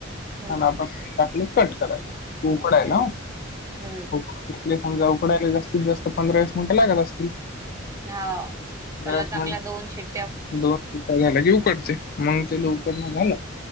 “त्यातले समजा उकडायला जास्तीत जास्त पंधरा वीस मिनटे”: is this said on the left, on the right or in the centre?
Left